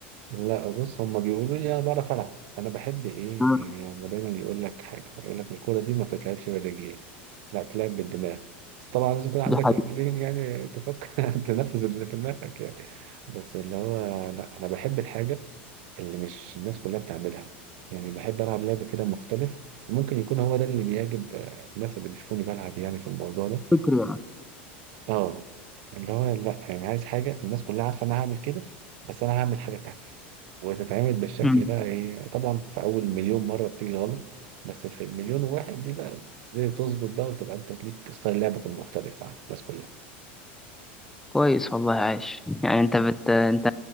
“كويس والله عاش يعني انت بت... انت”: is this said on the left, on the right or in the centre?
Centre